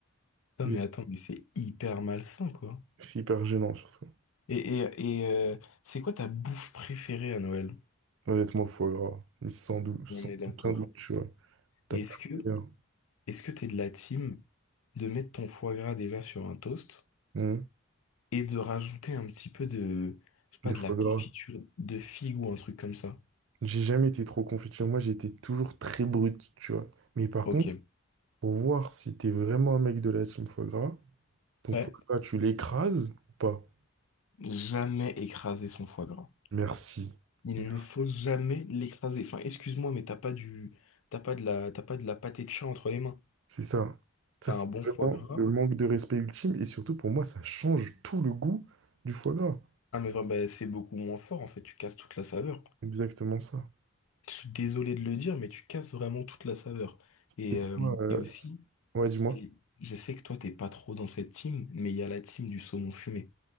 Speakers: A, on the left (about 75°); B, on the right (about 60°).
A: Non,
B: Et
A: mais attends, mais c'est hyper malsain, quoi.
B: c'est hyper gênant, surtout.
A: Et, et, et euh, c'est quoi ta bouffe préférée à Noël?
B: Honnêtement, le foie gras. Mais sans doute, sans
A: On est d'accord.
B: aucun doute, tu vois. T'as
A: Et
B: pas
A: Est-ce que
B: de meilleur.
A: est-ce que t'es de la team de mettre ton foie gras déjà sur un toast
B: Hum,
A: et de rajouter un petit peu de, je sais pas,
B: Le
A: de
B: foie
A: la confiture
B: gras.
A: de figue ou un truc comme ça?
B: J'ai jamais été trop confiture. Moi, j'étais toujours très brut tu vois. Mais par
A: Ok.
B: contre, pour voir si t'es vraiment un mec de la team foie gras, ton
A: Ouais.
B: foie gras, tu l'écrases ou pas?
A: Jamais écraser son foie gras.
B: Merci.
A: Il
B: Merci.
A: ne faut jamais l'écraser. Enfin, excuse-moi, mais t'as pas du, t'as pas de la, t'as pas de la pâté de chat entre les mains.
B: C'est ça. Ça,
A: T'as
B: c'est
A: un bon
B: vraiment
A: foie gras.
B: le manque de respect ultime. Et surtout, pour moi, ça change tout le goût du foie gras.
A: Ah, mais vraiment, bah, c'est beaucoup moins fort, en fait. Tu casses toute la saveur.
B: Exactement ça.
A: Je suis désolé de le dire, mais tu casses vraiment toute la saveur. Et,
B: Et
A: euh,
B: toi, euh,
A: et aussi,
B: ouais, dis-moi.
A: Et je sais que toi, t'es pas trop dans cette team, mais il y a la team du saumon fumé.